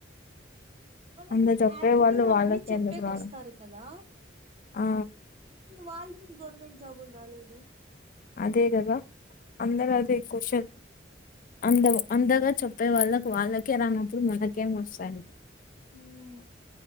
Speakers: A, on the right (about 35°); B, on the left (about 45°).
A: వాళ్ళకి
B: అందరు చెప్పే
A: ఆప్టిట్యూడ్
B: వాళ్ళు
A: అవన్నీ
B: వాళ్ళకే
A: చెప్పేకస్తారు
B: ఎందుకు రాలే
A: కదా?
B: ఆ
A: వాళ్ళు గవర్నమెంట్ జాబులు రాలేదు.
B: అదే కదా అందరు అదే
A: ఉమ్.
B: కోశన్. అంద అందరూ చెప్పే వాళ్ళకు వాళ్ళకే రానప్పుడు మనకేం వస్తాయ్.
A: ఉమ్